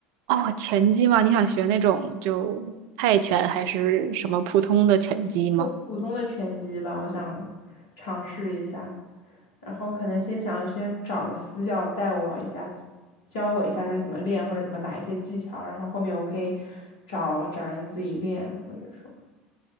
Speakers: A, on the right (about 50°); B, on the left (about 60°).
A: 哦，拳击吗？你想学那种就泰拳还是什么普通的拳击吗？
B: 就普通的拳击吧，我想尝试一下，然后可能先想先找个私教带我一下，教我一下是怎么练或者怎么打一些技巧，然后后面我可以找找人自己练，或者说